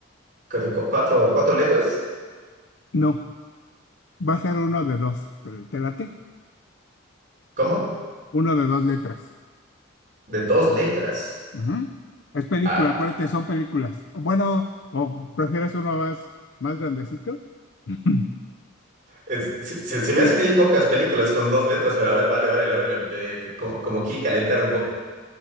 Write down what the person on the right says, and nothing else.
con cu- cuatro, cuatro letras.
¿Cómo?
De dos letras.
Ah,
es- se, se- se me
hace que hay pocas películas con dos letras, pero a ver, vale, vale, a ver, le- le- como, como quien calentar un poco.